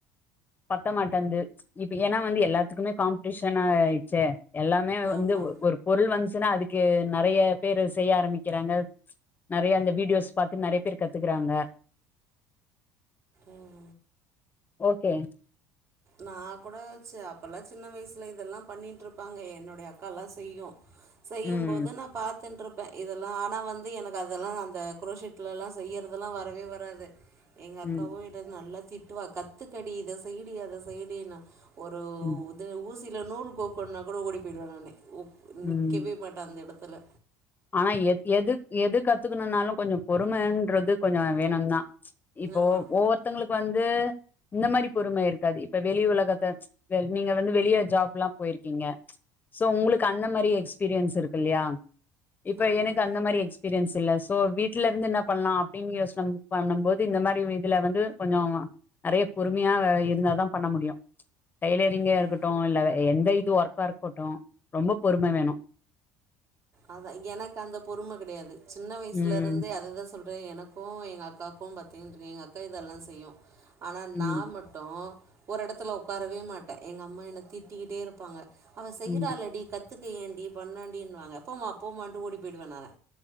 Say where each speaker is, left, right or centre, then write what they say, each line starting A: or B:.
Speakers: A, on the left; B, on the right.
A: பத்த மாட்டேந்து இப்ப ஏன்னா வந்து எல்லாத்துக்குமே காம்படிஷன் ஆயிடுச்சே எல்லாமே வந்து
B: ஆமா
A: ஒரு - ஒரு பொருள் வந்துச்சுன்னா அதுக்கு நெறைய பேரு செய்ய ஆரம்பிக்கிறாங்க நெறைய அந்த வீடியோஸ் பாத்து நெறைய பேர் கத்துக்றாங்க
B: ம்
A: ஓகே
B: நா கூட ச் அப்பெல்லா சின்ன வயசுல இதெல்லா பண்ணிட்ருப்பாங்க என்னுடைய அக்கா எல்லா செய்யு செய்யும்
A: ம்
B: போது நான் பார் த்துட்ருப்பேன் இதெல்லாம் ஆனா வந்து எனக்கு அதெல்லாம் அந்த குரோஷிட்ல எல்லா செய்யறதெல்லாம் வரவே வராது எங்க
A: ம்
B: அக்காவு என்ட்ட நல்ல திட்டுவா கத்துக்கடி இத செய்டி அத செய்டினா ஒரு
A: ம்
B: ஒத்த ஊசி நூல் கோக்குனா கூட ஓடி போயிடுவே நானு
A: ம்
B: நிக்கவே மாட்டே அந்த இட தல்ல
A: ஆனா எ-எது-எது கத்துக்கணுனாலு கொஞ்ச பொறும ன்றது கொஞ்ச வேணுந்தா இப்போ
B: ஆமாம்
A: ஒவ்வொருத்தவங்களுக்கு வந் து இந்த மாரி பொறும இருக்காது இப்ப வெளி உலகத்த வெ நீங்க வந்து வெளிய ஜாப் எல்லா போயிருக்கீங்க சோ உங்களுக்கு அந்த மாரி எக்ஸ்பீரியன்ஸ் இருக்கு இல்லையா இப்ப
B: ஆமாம்
A: எனக்கு அந்த மாதிரி எக்ஸ்பீரியன்ஸ் இல்ல தோ வீட்டுல இருந்து என்ன பண்ணலா அப்டின்னு யோசன பண்ணும் போது இந்த மாதிரி வீட்ல வந்து கொஞ்ச நெறைய பொறுமையா இருந்தாதான் பண்ண முடியும் டைலரிங்கா
B: ம்
A: இருக்கட்டு இல்ல அ எந்த து ஒர்க்கா இருக்கட்டு ரொம்ப பொறும வேணு
B: அதான் எனக்கு அந்த பொறுமை கிடையாது சின்ன வயசுல
A: ம்
B: இருந்து அதுதா சொல் எனக்கு எங்க அக்காக்கும் பாத்தீங்க எங்க அக்கா இதெல்லாம் செய்யு ஆனா
A: ம்
B: நா மட்டு ஒரு இடத்துல உட்காரவே மாட்டே எங்க அம்மா என்னை திட்டிக்கிட்டே இருப்பாங்க அவள் செய்றாளடி
A: ம்
B: கத்துக் ஏண்டி பன்னாண்டின்னு வாங்க போமா-போமாண்ட்டு ஓடி விடுவ நானு